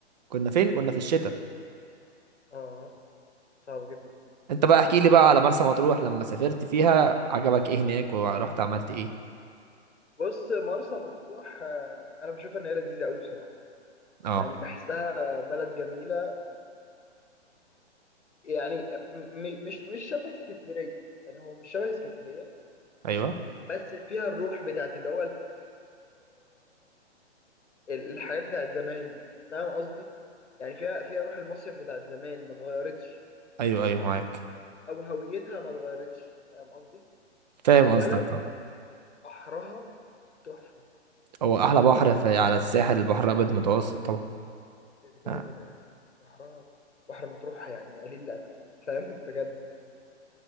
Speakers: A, on the right; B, on the left.
A: كنا فين كنا في الشتاء
B: اه صعب جدا
A: انت بقى احكي لي بقى على مرسى مطروح لما سافرت فيها عجبك ايه هناك ورحت عملت ايه
B: بص مرسى مطروح آه، انا بشوفها ان هي لذيذة قوي بصراحة
A: اه
B: يعني بحسها بلد جميلة ويعني م- م- مش مش شبه اسكندرية يعني هو مش شبه اسكندرية
A: ايوه
B: بس فيها الروح بتاعت اللي هو الحاجات بتاعت زمان دي فاهم قصدي يعني فيها فيها روح المصيف بتاعت زمان ما اتغيرتش
A: ايوه ايوه معاك
B: او هويتها ما اتغيرتش فاهم قصدي
A: فاهم
B: اولا
A: قصدك آه.
B: بحرها تحفه
A: هو احلى
B: بحرها
A: بحر
B: جميل
A: في على الساحل البحر الابيض المتوسط طبعا
B: كده
A: آه.
B: كده يعني بحرها بحر مطروح يعني قليل الادب فاهم <laughs> بجد